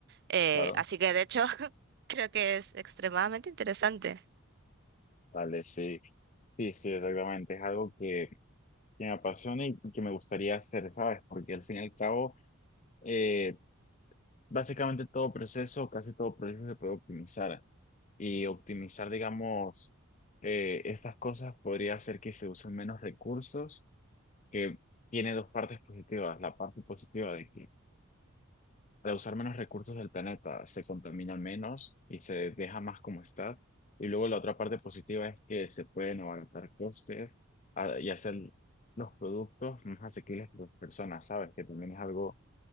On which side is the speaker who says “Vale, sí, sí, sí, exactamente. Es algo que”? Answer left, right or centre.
Left